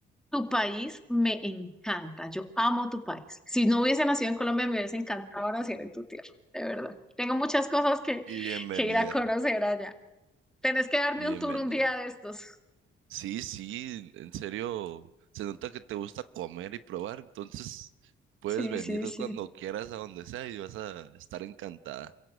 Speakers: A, in the centre; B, on the right.
A: tu país me encanta. Yo amo tu país. Si no hubiese nacido en Colombia, me hubiese encantado nacer en tu tierra, de verdad. Tengo muchas cosas que,
B: Y bienvenida.
A: que ir a conocer allá. Tenés que darme
B: Y bienvenida.
A: un tour un día de estos.
B: Sí, sí, en serio. Se nota que te gusta comer y probar. Entonces, puedes
A: Sí,
B: venir
A: sí, sí.
B: cuando quieras a donde sea y vas a estar encantada.